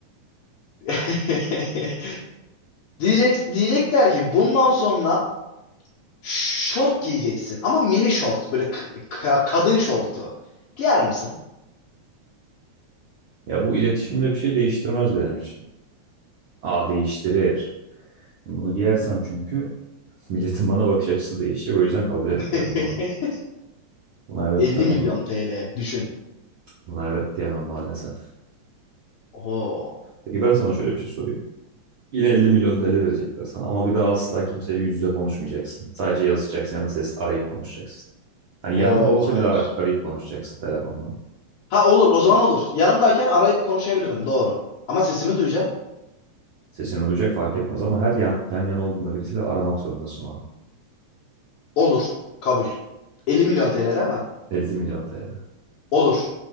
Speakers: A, on the left; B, on the right.
A: <laughs> Diyecek, diyecekler ki bundan sonra şort giyeceksin ama mini şort böyle k- ka- kadın şortu. Giyer misin?
B: Ya bu iletişimde bir şey değiştirmez benim için. Aa değiştirir. Bunu giyersem çünkü Milletin bana bakış açısı değişecek. O yüzden kabul etmiyorum
A: <laughs>
B: bunu. Buna evet
A: 50
B: demem.
A: milyon TL düşün.
B: Buna evet diyemem maalesef.
A: Oo.
B: Peki ben sana şöyle bir şey sorayım. Yine 50 milyon TL verecekler sana ama bir daha asla kimseyle yüz yüze konuşmayacaksın. Sadece yazacaksın ya da ses arayıp konuşacaksın. Hani
A: Oo
B: yanında olsa
A: hayır.
B: bile ara- arayıp konuşacaksın telefonla.
A: Ha olur o zaman olur. Yanımdayken arayıp konuşabilirim doğru. Ama sesimi duyacak.
B: Sesini duyacak fark etmez ama her yan, yan yana olduğunda birisiyle aramak zorundasın o an.
A: Olur. Kabul. 50 milyon TL değil mi?
B: 50 milyon TL.
A: Olur.